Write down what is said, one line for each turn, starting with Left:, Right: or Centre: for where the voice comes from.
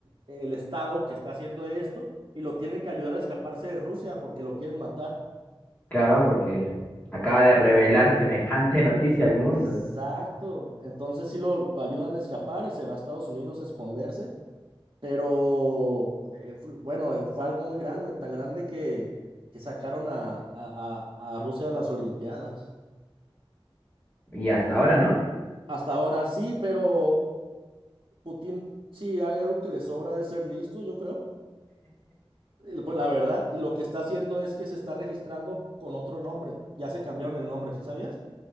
Right: el Estado que está haciendo esto y lo tienen que ayudar a escaparse de Rusia porque lo quieren matar.
Left: Claro, porque acaba de revelar semejante <laughs> noticia al mundo.
Right: Exacto. Entonces sí lo, lo ayudan a escapar y se va a Estados Unidos a esconderse, pero eh, fu- bueno, eh, fue algo muy grande, tan grande que, que sacaron a a- a- a Rusia de las Olimpiadas.
Left: Y hasta ahora, ¿no?
Right: Hasta ahora sí, pero Putin, sí hay algo que le sobra de ser listo, yo creo. Y, Pues la verdad, y lo que está haciendo es que se está registrando con otro nombre. Ya se cambiaron el nombre, ¿sí sabías?